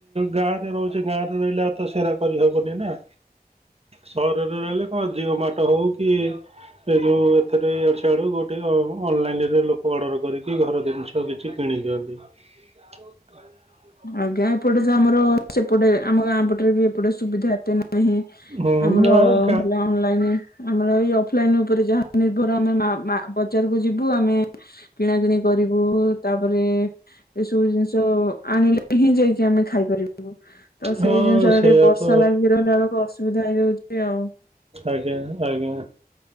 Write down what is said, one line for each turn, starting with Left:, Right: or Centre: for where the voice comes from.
Right: ଗାଁରେ ରହୁଛି ଗାଁରେ ରହିଲା ତ ସେଇରା କରିହବନି ନା।
Left: ହଁ
Right: ସହରରେ ରହିଲେ କଣ ଜିଅ ମାଟ ହଉ କି ଏ ଯୋଉ ଏଥରେ ଅ ସେଡୁ ଗୋଟେ ଅ ଅନଲାଇନରେ ଲୋକ ଅର୍ଡର କରିକି ଘର ଜିନିଷ କିଛି କିଣି ଦିଅନ୍ତି। କ
Left: ଆଜ୍ଞା ଏପଟେ ତ ଆମର ସେପଟେ ଆମ ଗାଁ ପଟରେ ବି ଟେ ସୁବିଧା ଏତେ ନାହିଁ
Right: ହୁଁ
Left: ଆମର
Right: ଆଉ ଗା
Left: ହେଲା ଅନଲାଇନ ଆମର ଏ ଅଫଲାଇନ ଉପରେ ଯାହା ନିର୍ଭର ଆମେ ବଜାରକୁ ଯିବୁ ଆମେ କିଣା କିିଣି କରିବୁ ତାପରେ ଏସବୁ ଜିନିଷ ଆଣିଲେ ହିଁ ଯାଇକି ଆମେ ଖାଇପାରିବୁ ତ ସେଇ
Right: ହଁ
Left: ଜିନିଷ
Right: ସେଇଆ
Left: ଟିକେ ବର୍ଷା
Right: ତ
Left: ଲାଗିକି ରହିଲା ବେଳକୁ ଅସୁବିଧା ହେଇଯାଉଛି ଆଉ
Right: ଆଜ୍ଞା ଆଜ୍ଞା